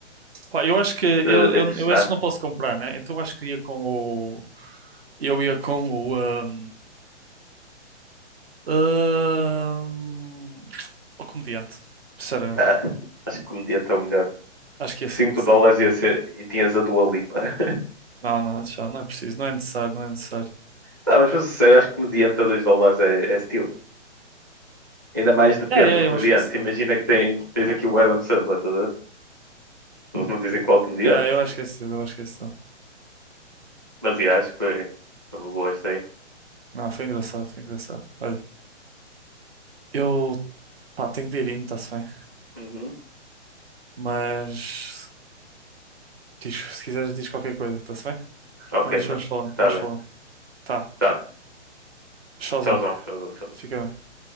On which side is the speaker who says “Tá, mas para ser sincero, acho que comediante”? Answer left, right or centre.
Right